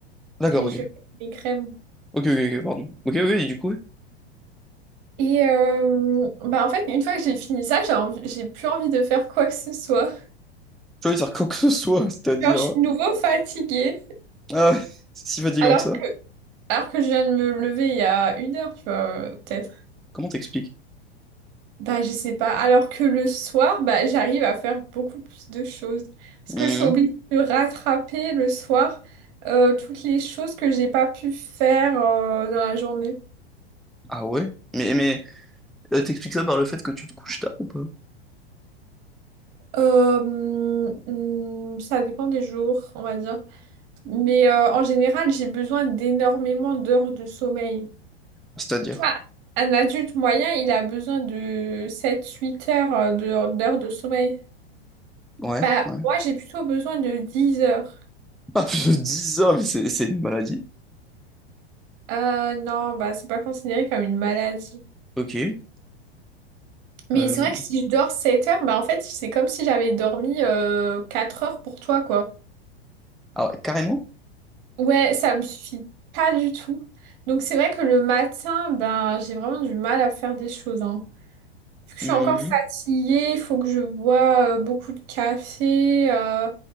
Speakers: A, in the centre; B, on the right.
A: D'accord,
B: et
A: ok.
B: je mets mes crèmes.
A: Ok, ok, ok, pardon. Ok, oui, et du coup, oui.
B: Et euh, bah, en fait, une fois que j'ai fini ça, j'ai envie- j'ai plus envie de faire quoi que ce soit.
A: J'ai envie de faire quoi que ce soit, <laughs> c'est-à-dire.
B: Genre, je suis
A: hein.
B: de nouveau fatiguée.
A: Ah ouais, <laughs> c'est si fatigant
B: Alors
A: que ça.
B: que, alors que je viens de me lever il y a une heure, tu vois, peut-être.
A: Comment t'expliques?
B: Bah, je sais pas. Alors que le soir, bah, j'arrive à faire beaucoup plus de choses. Parce
A: Hum,
B: que je suis obligée de rattraper le soir euh, toutes les choses que j'ai pas pu faire euh, dans la journée.
A: Ah ouais? Mais, mais euh, t'expliques ça par le fait que tu te couches tard ou pas?
B: Euh, hmm, ça dépend des jours, on va dire. Mais euh, en général, j'ai besoin d'énormément d'heures de sommeil.
A: C'est-à-dire?
B: Toi, un adulte moyen, il a besoin de sept huit heures euh, de- d'heures de sommeil.
A: Ouais,
B: Bah,
A: ouais.
B: moi, j'ai plutôt besoin de 10 heures.
A: <laughs> Ah, je dis ça, mais c'est c'est une maladie.
B: Euh, non, bah, c'est pas considéré comme une maladie.
A: Ok.
B: Mais
A: Euh,
B: c'est vrai que si je dors 7 heures, bah, en fait, c'est comme si j'avais dormi euh, 4 heures pour toi, quoi.
A: ah ouais, carrément?
B: Ouais, ça me suffit pas du tout. Donc, c'est vrai que le matin, ben, j'ai vraiment du mal à faire des choses, hein. Vu que je
A: Mhm.
B: suis encore fatiguée, il faut que je bois euh, beaucoup de café, euh,